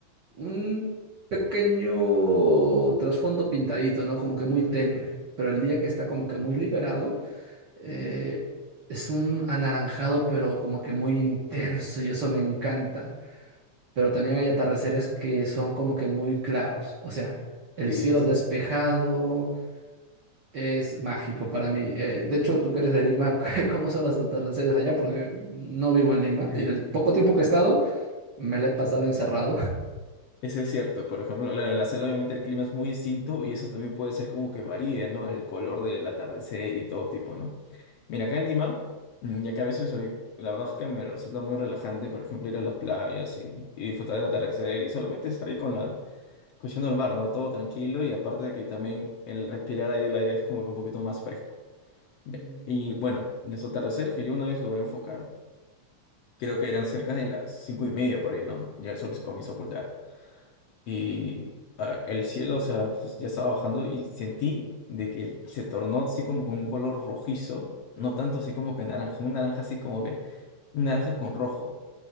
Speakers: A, on the right (about 50°); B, on the left (about 65°).
A: un pequeño trasfondo pintadito, ¿no? Como que muy tenue. Pero el día que está como que muy liberado, eh, es un anaranjado, pero como que muy intenso y eso me encanta pero también hay atardeceres que son como que muy claros. O sea, el
B: Sí,
A: cielo
B: eso.
A: despejado es mágico para mí. Eh, de hecho, tú que eres de Lima, <laughs> ¿cómo son los atardeceres allá? Porque no vivo en Lima
B: Sí.
A: y el poco tiempo que he estado me lo he pasado encerrado.
B: Eso es cierto. Por ejemplo, claro, en la selva obviamente el clima es muy distinto y eso también puede ser como que varíe, ¿no? El color del atardecer y todo tipo, ¿no? Mira, acá en Lima, mm, ya que a veces soy- la verdad es que me resulta muy relajante, por ejemplo, ir a las playas y, y disfrutar del atardecer y solamente salir con la escuchando el mar, ¿no? Todo tranquilo y aparte de que también el respirar ahí el aire es como que un poquito más fresco. Ya.
A: Mm.
B: Y bueno, los atardeceres que yo una vez logré enfocar, creo que eran cerca de las cinco y media por ahí, ¿no? Ya el sol se comienza a ocultar. Y ah, el cielo, o sea, s- ya estaba bajando y sentí de que se tornó así como con un color rojizo, no tanto así como que naranja, un naranja así como que, un naranja con rojo.